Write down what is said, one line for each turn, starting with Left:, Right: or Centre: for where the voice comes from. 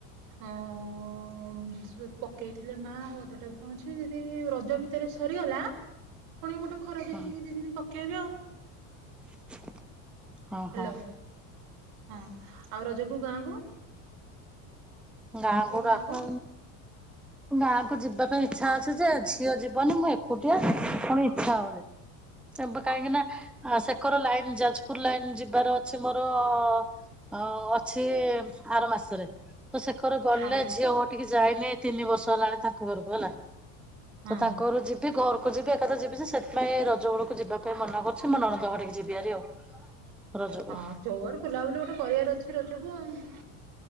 Right: ଅ ପଠେଇଥିଲେ ମା ଆଉ ଅଧ ଦବାଏ କଣ ଅଛି ଯଦି ରଜ ଭିତରେ ଭିତରେ ସରିଗଲା ପୁଣି ଗୋଟେ ଖରା
Centre: ହଁ
Right: ଦେଖିକି ଦି ଦିନ ପକେଇବେ ଆଉ।
Centre: <inaudible>
Right: ହ୍ୟାଲୋ
Centre: ହଁ
Right: ହଁ ଆଉ ରଜକୁ ଗାଁ କୁ
Centre: ଗାଁ କୁ
Right: ଗାଁକୁ
Centre: ଆସ
Right: <inaudible>
Centre: ଗାଁ କୁ ଯିବା ପାଇଁ ଇଚ୍ଛା ଅଛି ଯେ ଝିଅ ଯିବନି ମୁଁ ଏକୁଟିଆ ପୁଣି ଇଚ୍ଛା ହଉନି କାହିଁକି ନା ସେକର ଲାଇନ ଯାଜପୁର ଲାଇନ ଯିବାର ଅଛି ମୋର ଅଁ ଅଛି ଆର ମାସରେ ତ ସେକର ଗଲେ
Right: ହଁ
Centre: ଝିଅ ଘର ଟିକେ ଯାଇନି ତିନି ବର୍ଷ ହେଲାଣି ତାଙ୍କ ଘରକୁ ହେଲା
Right: ହଁ
Centre: ତ ତାଙ୍କ ଘରକୁ ଯି ବି ଘରକୁ ଯିବି ଏକାଥରେ ଯିବି ଯେ ସେଥିପାଇଁ ରଜବେଳକୁ ଯିବା ପାଇଁ ମନା କରୁଛି ମୋ ନଣନ୍ଦ ହଟିକି ଯିବିହାରି ଆଉ ରଜକୁ
Right: ହଁ ଯୋଉଆଡେ ବୁଲାବୁଲି ଗୋଟେ କରିବାର ଅଛି ରଜକୁ ଆଉ